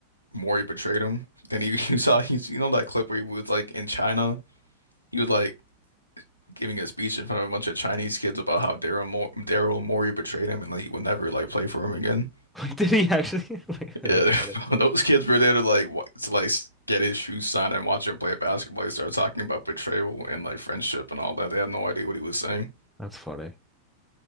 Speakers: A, on the left; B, in the centre.
A: Maury betrayed him. Then he <laughs> you saw he's you know that clip where he was like in China, he was like giving a speech in front of a bunch of Chinese kids about how Daryl Mor Daryl Morey betrayed him and like, he would never like play for him again.
B: Like, did he actually? <laughs> Like, that's
A: Yeah,
B: funny.
A: <laughs> those kids were there to like wa- to like s- get his shoes signed and watch him play basketball. He started talking about betrayal and like friendship and all that. They had no idea what he was saying.
B: That's funny.